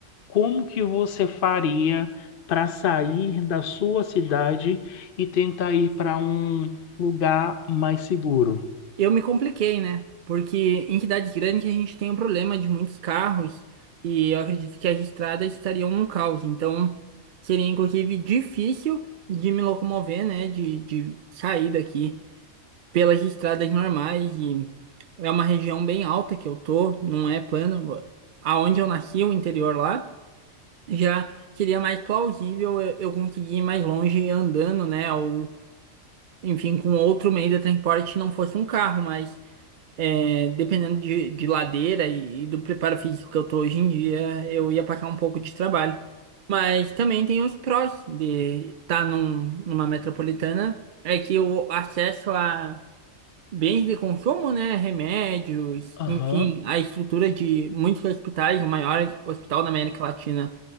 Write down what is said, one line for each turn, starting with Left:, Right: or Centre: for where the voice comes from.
Left: Como que você faria para sair da sua cidade e tentar ir para um lugar mais seguro?
Right: Eu me compliquei, né? Porque em cidades grandes a gente tem um problema de muitos carros e eu acredito que as estradas estariam um caos. Então, seria inclusive difícil de me locomover, né? De, de sair daqui. pelas estradas normais e é uma região bem alta que eu tô, não é plano. Aonde eu nasci, o interior lá, já seria mais plausível eu, eu conseguir ir mais longe andando, né? Ou, enfim, com outro meio de transporte, não fosse um carro, mas é, dependendo de, de ladeira e, e do preparo físico que eu tô hoje em dia, eu ia passar um pouco de trabalho. Mas também tem os prós de estar num, numa metropolitana, é que o acesso a Bens de consumo, né? Remédios,
Left: Aham.
Right: enfim, a estrutura de muitos hospitais, o maior hospital da América Latina